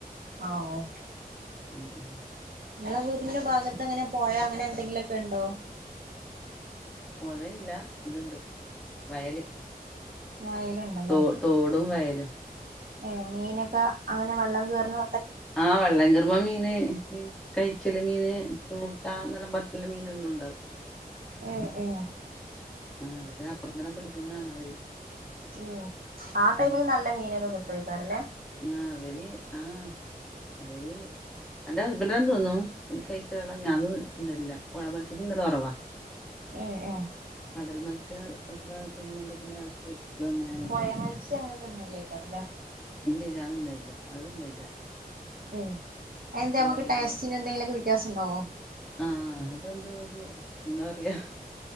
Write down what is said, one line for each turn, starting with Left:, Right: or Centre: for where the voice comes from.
Right: ഓ ഓഹ്
Centre: ഉം ഉം
Right: ഞങ്ങളെ വീടിന്റെ ഭാഗത്ത് അങ്ങനെ പോഴ അങ്ങനെ എന്തെങ്കിലുക്കെ ഉണ്ടോ
Centre: പുഴയില്ല ഇതുണ്ട് വയല്
Right: വയലുണ്ടല്ലോ
Centre: തോ തോടും വയല്
Right: ഏഹ് മീനൊക്കെ അങ്ങനെ വെള്ളം കയറന്ന്
Centre: ആഹ് വെള്ളംകേ ർമ്മ മീന് കഴിച്ചല് മീന് ചൂട്ട എന്നല്ല പറ ഞ്ഞിട്ട് മീനെല്ലാം ഉണ്ടാവും
Right: എഹ് എഹ്
Centre: ആഹ് അ അപ്പുറത്തങ്ങാ നം പിടി ക്കുന്നതാണ് അവര്
Right: ഉം ആ ടൈമിൽ
Centre: ഉം
Right: നല്ല മീനൊക്കെ കിട്ടും വോക്കാറല്ലേ
Centre: ആഹ് അ വരി ആഹ് ഇവരി എന്റെ ഹസ്ബൻഡ തോന്നുന്നു എനി കഴിച്ച വളർത്തു മീനൊന്നും തി ന്നല്ല പുഴ മത്സ്യത്തി നില കുറവാ
Right: ആഹ് ആഹ്
Centre: കടൽ മത്സ്യം അതുപോലെ തിന്നുണ്ട പിന്നെ പൊരിക്ക അങ്ങനെ അങ്ങനെ
Right: പൊഴ
Centre: തോന്നുന്നു
Right: മത്സ്യം അങ്ങനെ തി ന്നല്ലേക്കാല്ലേ
Centre: ഇല്ല ഇല്ലഞാൻ തിന്നഇല്ല അതുന്നാ ഇല്ല
Right: ഏഹ് അത് ന്താ നമുക്ക്
Centre: അയില
Right: ടെസ്റ്റിന് എന്തെങ്കിലുമൊക്കെ വ്യത്യാസം ഉണ്ടാവോ
Centre: ആഹ് അതെന്തോ ഒരുര് എന്താ പറയാ